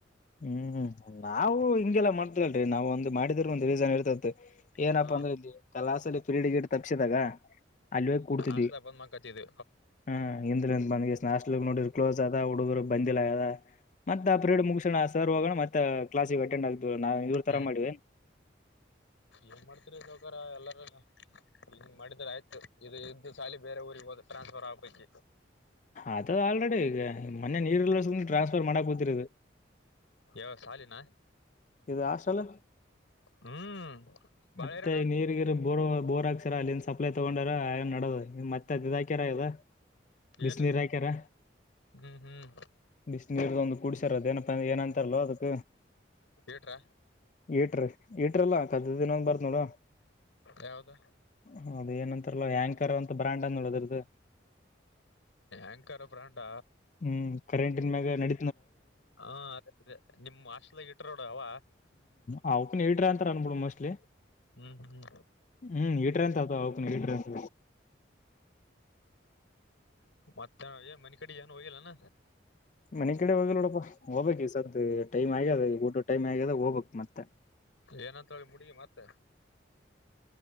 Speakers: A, on the left; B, on the left.
A: ಹ್ಮ್ ನಾವು ಹಿಂಗೆಲ್ಲ ಮಾಡ್ತವಲ್ರರಿ ನಾವ್ ಒಂದು್ ಮಾಡಿದ್ರ ಒಂದ ರೀಸನ್ ಇರ್ತೈತಿ ಏನಪ್ಪಾ
B: ಹಾ
A: ಅಂದ್ರೆ ಇಲ್ಲಿ ಕಲಾಸಲ್ಲಿ ಫ್ರೀಡ್ ಗಿಡ್ ತಪ್ಸಿದಾಗ ಅಲ್ಲಿ ಹೋಗಿ ಕೂಡ್ತಿದ್ವಿ
B: ಹಸ್ತಾ ಬಂದ್ ಮಕತ್ತವಿ
A: ಹ ಇ್ರ ಬಂದ ನಾಸ್ಟ್ಲ್ ನೋಡ ಕ್ಲೋಸ್ ಅದ ಹುಡುಗರು ಬಂದಿಲ್ಲ ಮ ಮುಗ ಣ ಸರ್ ಹೋಗೋಣ ಮತ್ತೆ ಕ್ಲಸಗೆ ಅಟೆಂಡ್ ಆಗ್ತ ನಾವು ಇವ್ರ ತರ
B: ಹ್ಮ್
A: ಮಾಡಿವ
B: ಏನ್ ಮಾಡ್ತರಿ ಸೌಕಾರ ಎಲ್ಲ ಹನ್ ಮಾಡಿದ್ರ ಆಯ್ತು ಇದು ಇದ್ದು ಸಾಲಿ ಬೇರೆ ಊರಿಗೆ ಹೋದ ಟ್ರಾನ್ಸ್ಫರ್ ಆಗ್ಬಿಟ್ಟತೆ
A: ಅದದು ಆಲ್ರೆಡಿ ಈಗ ಮನ್ ನೀರ್ಲ್ಲ ಟ್ರಾನ್ಸ್ಫರ್ ಮಾಡಾ ಕುೂತಿರುದು
B: ಯಾವ ಸಾಲಿನ
A: ಇದು ಆ ಸಲ
B: ಹ್ಮ್ ಬಾಳ
A: ಮತ್ತೆ
B: ಹೈರಾಣ
A: ನೀರಿಗಿರು ಬೋರ್ ಬೋರಕ್ ಅಲ್ಲಿಂದ ಸಪ್ಲೈ ತಗೊಂಡಾರಏನ್ ಮಾಡೋದು ಮತ್ತೆ ಅದ ರಾಯಕರ ಇದ ಬಿಸಿನೀರ್
B: ಏನು
A: ಅಕ್ಯರ
B: ಹ್ಮ್ ಹ್ಮ್
A: ಬಿಸ ನೀರ್ದು ಒಂದು ಕೂಡ್ಸಾರದ ಏನಪ್ಪ ಏನಂತಾರಲ್ಲೋ ಅದಕ್
B: ಇಟ್ರ
A: ಇಟ್ರ ಇಟ್ರಲ್ಲ ಕದ್ದ ದಿನ ಒಂದ ಬರ್ತ್ ನೋಡು
B: ಯಾವ್ದ
A: ಹೌದ ಏನಂತಾರಲ್ಲ ಹ್ಯಾಂಕರ್ ಅಂತ ಬ್ರ್ಯಾಂಡ್ ಅಂದಡದ್ರದು
B: ಆಂಕರ್ ಬ್ರಾಂಡ
A: ಹ್ಮ್ ಕರೆಂಟನ್ ಮ್ಯಾಗ ನಡ
B: ಹಾದ ನಿಮ ಆಸ್ಲ್ದಾಗ ಇಟ್ರೋಡ ಅವ
A: ಹ ಪನ್ ಹೇಳ್ರ ಅಂತ ಅನ್ಬಿ ಮೋಸ್ಟ್ಲಿ
B: ಹ್ಮ್ ಹ್ಮ್
A: ಹ್ಮ್ ಹೀಟರ್ ಅಂತ ಅದ ಅವಕ ಹೀಟರ್ ಅಂತ
B: ಮತ್ತ ಏ ಮನೆ ಕಡೆ ಏನು ಹೋಗಿಲ್ಲಾನ
A: ಮನೆ ಕಡೆ ಹೋಗ ನೋಡಪ್ಪಾ ಹೋಗ್ಬೇಕ ಈ ಸದ್ ಟೈಮ್ ಆಗ್ಯದ ಈ ಊಟ ಟೈಮ್ ಆಗ್ಯದ ಹೋಗ್ಬೇಕಕ್ ಮತ್ತೆ
B: ಏನಂತಿ ಮುಡಿಗಿ ಮತ್ತೆ